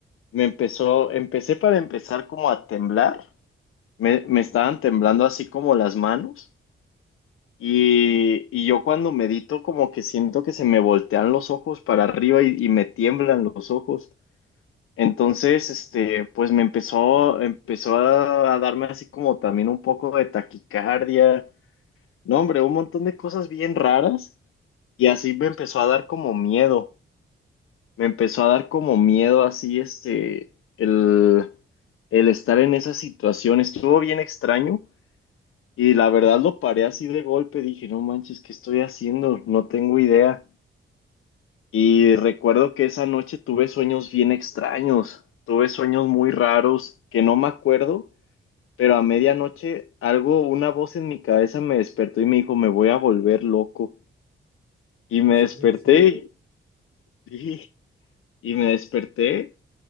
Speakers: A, on the left (about 80°); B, on the left (about 45°).
A: me empezó, empecé para empezar como a temblar, me, me estaban
B: ¿Eh?
A: temblando así como las manos. Y, y yo cuando medito como que siento que se me voltean los ojos para arriba y y me tiemblan los ojos. Entonces, este, pues me empezó, empezó a, a darme así como también un poco de taquicardia, no, hombre, un montón de cosas bien raras y así me empezó a dar como miedo, me empezó a dar como miedo así, este, el, el estar en esa situación, estuvo bien extraño y la verdad lo paré así de golpe, dije, no manches, ¿qué estoy haciendo? No tengo idea. Y recuerdo que esa noche tuve sueños bien extraños, tuve sueños muy raros que no me acuerdo, pero a medianoche algo, una voz en mi cabeza me despertó y me dijo, me voy a volver loco. Y
B: ¿Puede
A: me
B: ser
A: desperté
B: en serio?
A: y, y me desperté